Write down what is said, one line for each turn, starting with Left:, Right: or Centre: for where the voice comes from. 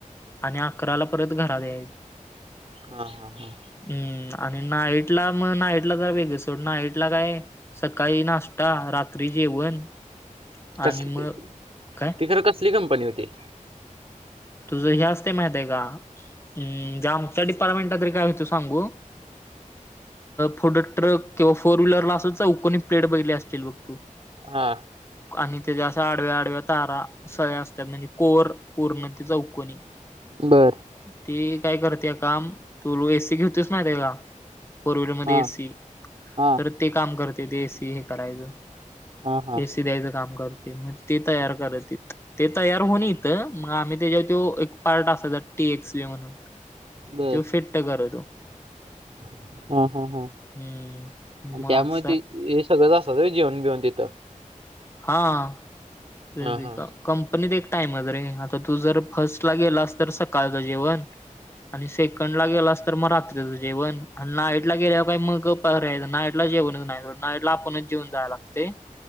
Left: आणि अकराला परत घरात यायचं.
Right: हा हा हा
Left: हम्म आणि नाईटला मग नाईटला तर वेग सोड नाईटला काय. सकाळी नाश्ता आणि रात्री जेवण. आणि
Right: ती
Left: मग काय
Right: तर कसली कंपनी होती.
Left: तुझं हे असते माहित आहे का? हम्म जे आमच्या डिपार्टमेंटा तरी काय होत सांगू. फूड ट्रक किंवा फोर व्हीलरला असू चौकोनी प्लेड बघितली असतील बघ तू.
Right: हा
Left: आणि त्याच्या असा आडव्या, आडव्या तारा सगळ्या असतात म्हणजे कोर पूर्ण. ती चौकोनी.
Right: बरं
Left: ती काय करतेय काम, तु रु एसी खेळतोयस माहीत्या का. फोर व्हीलरमध्ये
Right: हा
Left: एसी,
Right: हा
Left: तर ते काम करते ते एसी हे करायचं.
Right: हा हा
Left: एसी द्यायचं काम करते, मग ते तयार करलालतीत ते तयार होऊन येत मग आम्ही त्याच्या तो एक पार्ट असा टी एक्स बी म्हणून
Right: बर
Left: तेव्हा फिट्ट करल.
Right: हम्म हम्म ह
Left: हम्म
Right: आणि
Left: मग
Right: त्यामुळे
Left: असं
Right: ते हे सगळं असतात जेवण बिवन तिथं
Left: हा <unintelligible>
Right: हा हा
Left: कंपनीत एक टाइम आहेत रे आता तू जर फर्स्ट ला गेलास तर सकाळचं जेवण आणि सेकंडला गेलास तर मग रात्रीचं जेवण. आन नाइटला गेल्यावर काही मंग गप घरी यायच नाईटला जेवणच नाही सोड नाईटला आपणच जेवुन जाय लागतय.